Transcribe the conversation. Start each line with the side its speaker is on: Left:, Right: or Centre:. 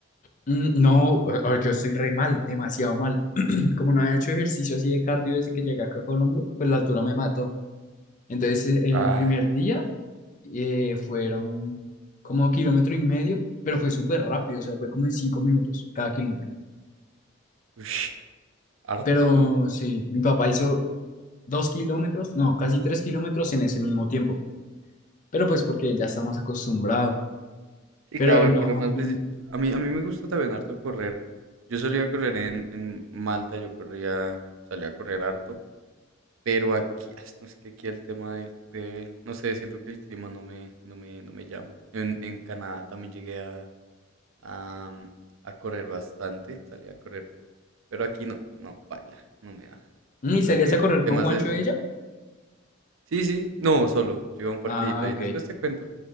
Left: Mm, No, eh, eh, yo estoy re mal, demasiado mal. <clears throat> Como no había hecho ejercicio así de cardio desde que llegué acá a Colombia, pues la altura me mató. Entonces, eh,
Right: Ah,
Left: el primer día eh, fueron como kilómetro y medio, pero fue súper rápido, o sea, fue como en cinco minutos cada kilómetro.
Right: uy, harto.
Left: Pero sí, mi papá hizo dos kilómetros, no, casi tres kilómetros en ese mismo tiempo, pero pues porque él ya está más acostumbrado.
Right: Sí,
Left: Pero
Right: claro, el
Left: no,
Right: correr más.
Left: mm,
Right: preci- A mí, a mí me gusta también harto correr. Yo solía correr en, en Malta, yo corría, salía a correr harto. Pero aquí, ah, no, es que aquí el tema del, del- no sé, siento que el clima no me, no me, no me llama. En, en Canadá también llegué a, a, mm, a correr bastante, salí a correr, pero aquí no, no, paila no me da.
Left: mm,
Right: Siento
Left: ¿y salías
Right: que
Left: a correr
Right: temas
Left: con Juancho
Right: de,
Left: de ella?
Right: sí, sí, no, solo, yo iba a un parquecito
Left: Ah,
Right: ahí,
Left: ok.
Right: después te cuento.